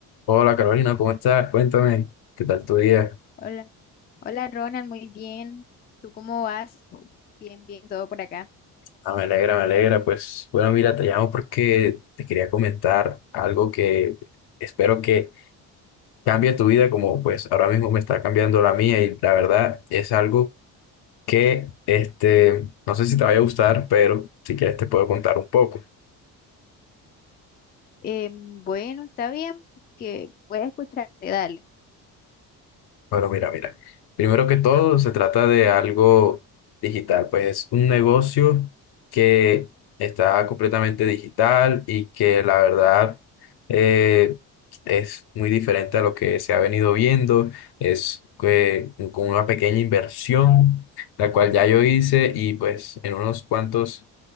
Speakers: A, on the left; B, on the left.
A: Hola Carolina, ¿cómo estás? Cuéntame, ¿qué tal tu día?
B: Hola, hola Ronald, muy bien. ¿Tú cómo vas? Bien, bien, todo por acá.
A: Ah, me alegra, me alegra. Pues bueno, mira, te llamo porque te quería comentar algo que espero que cambie tu vida como pues ahora mismo me está cambiando la mía y la verdad es algo que este, no sé si te vaya a gustar, pero si quieres te puedo contar un poco.
B: Eh, bueno, está bien, que voy a escucharte, dale.
A: Bueno, mira, mira. Primero que todo, se trata de algo digital, pues es un negocio que está completamente digital y que la verdad eh, es muy diferente a lo que se ha venido viendo. Es que con una pequeña inversión, la cual ya yo hice y pues en unos cuantos